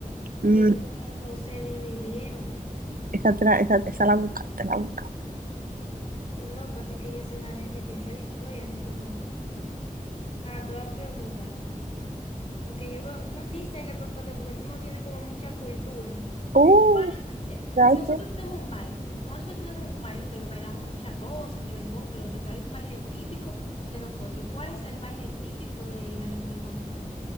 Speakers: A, on the right (about 80°); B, on the left (about 45°).
A: Mm,
B: que eso fue cuando se dividieron.
A: esa, te la- esa, esa la buscaste, la buscaste.
B: No, no, lo que pasa es que yo soy una gente que sé de historia, no como tú. Ah, te voy a preguntar, porque yo veo, no, ni sé qué preguntarte porque tú no tienes como mucha cultura.
A: ¡Oh!
B: ¿Cuál es? en-
A: ¿sabes
B: si nosotros
A: qué?
B: tenemos un baile, nosotros tenemos un baile que bailamos muchas cosas, que dembow, que lo otro, pero hay un baile típico de nosotros. ¿Cuál es el baile típico de la República Dominicana?